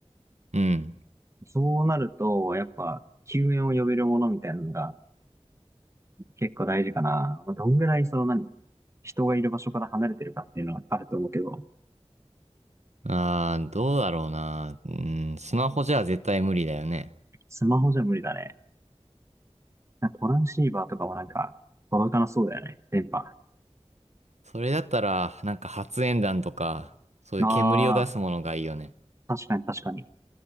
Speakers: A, on the right; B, on the right.
A: うん。
B: そうなると、やっぱ、救援を呼べるものみたいなのが結構大事かな。まあ、どんぐらいその何、人がいる場所から離れてるかっていうのはあると思うけど、
A: ああ、どうだろうな。うん、スマホじゃ絶対無理だよね。
B: スマホじゃ無理だね。なんかトランシーバーとかもなんか届かなそうだよね、電波。あ
A: それだったら、なんか発煙弾とか、そういう煙を出すものがいいよね。
B: あ、確かに確かに。